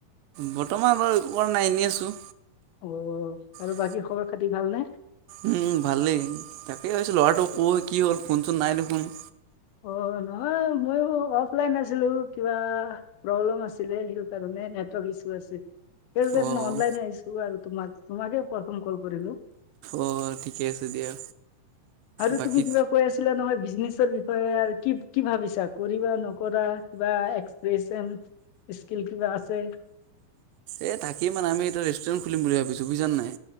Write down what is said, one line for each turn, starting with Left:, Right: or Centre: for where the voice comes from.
Right: বৰ্তমান বাৰু একো কৰা নাই, এনে আছো।
Left: অ'। আৰু
Right: <unintelligible>
Left: বাকী খবৰ খাতি ভালনে?
Right: উম, ভালেই তাকেই ভাবিছোঁ ল'ৰাটো অ' কি হ'ল, ফোন-চোন নাই দেখোন।
Left: অ'। নহয় মই অফলাইন আছিলো, কিবা প্ৰব্লেম আছিলে সেই কাৰণে নে <unintelligible> সেই কাৰণে
Right: অ'
Left: অনলাইন আহিছো আৰু তোমাক-তোমাকে প্ৰথম কল কৰিলো।
Right: অ', ঠিকে আছে দিয়া।
Left: আৰু
Right: বাকী
Left: তুমি কিবা কৈ আছিলা নহয় বিজনেচৰ বি <unintelligible> কি-কি ভাবিছা, কৰিবা নকৰা, কিবা এক্সপ্ৰেচন স্কিল কিবা আছে।
Right: এ তাকেই মানে আমি এতি ৰেষ্টুৰেণ্ট খুলিম বুলি ভাবিছো বুজিছা নাই।